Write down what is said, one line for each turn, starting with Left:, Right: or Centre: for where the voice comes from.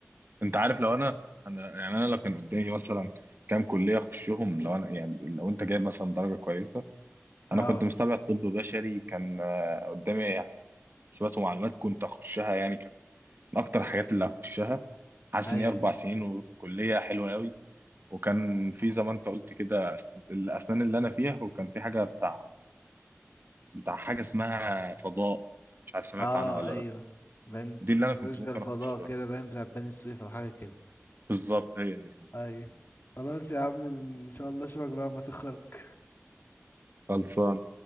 Right: انت عارف لو انا انا يعني انا لو كان قدامي مثلا كام كلية اخشهم لو انا يعني لو انت جايب مثلا درجة كويسة انا
Left: اه
Right: كنت مستبعد طب بشري كان آه، قدامي حسابات ومعلومات كنت اخشها يعني كانت من اكتر الحاجات اللي هخشها حاسس
Left: ايوه
Right: ان هي اربع سنين وكلية حلوة قوي وكان في زي ما انت قلت كده أس- الاسنان اللي انا فيها وكان في حاجه بتاع بتاع حاجه اسمها فضاء مش عارف سمعت
Left: اه
Right: عنها ولا
Left: ايوه
Right: لا
Left: باين
Right: دي
Left: تكنولوجيا
Right: اللي انا كنت ممكن
Left: الفضاء
Right: اخشها
Left: كده باين بتاع بني سويف او حاجه كده
Right: بالظبط هي دي
Left: ايوه خلاص يا عم ان شاء الله اشوفك بقى ما تخرج
Right: خلصان